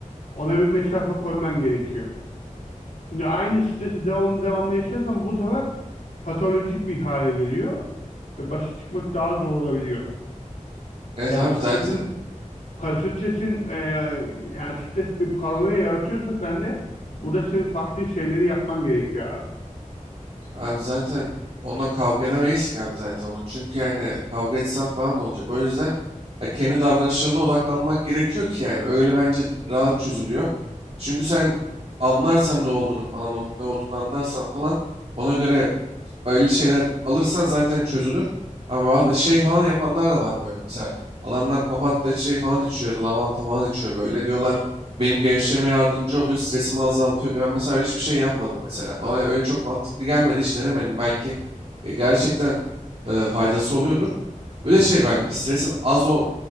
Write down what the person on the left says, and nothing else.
Ona bir mesafe koyman gerekiyor. Çünkü aynı stresi devam devamlı yaşarsan bu sefer patolojik bir hale geliyor ve başa çıkmak daha zor olabiliyor.
Yani
stresin
Stresin e, yani stres bir paranoya yaratıyorsa sende burada senin farklı şeyleri yapman gerekiyor abi.